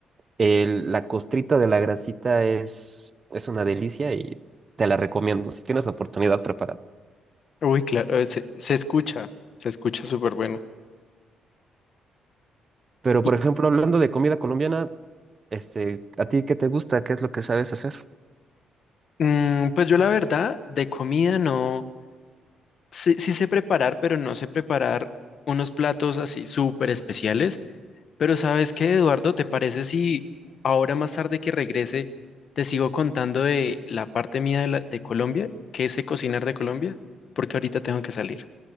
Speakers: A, on the right; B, on the left.
A: El- la costrita de la grasita es, es una delicia y te la recomiendo si tienes la oportunidad preparada.
B: Uy, claro, eh, se, se escucha, se escucha súper bueno.
A: Pero,
B: Y,
A: por ejemplo, hablando de comida colombiana, este, ¿a ti qué te gusta? ¿Qué es lo que sabes hacer?
B: mm, pues yo la verdad, de comida no, sí, sí sé preparar, pero no sé preparar unos platos así súper especiales. Pero ¿sabes qué, Eduardo? ¿Te parece si ahora más tarde que regrese te sigo contando de la parte mía de, la- de Colombia, qué sé cocinar de Colombia? Porque ahorita tengo que salir.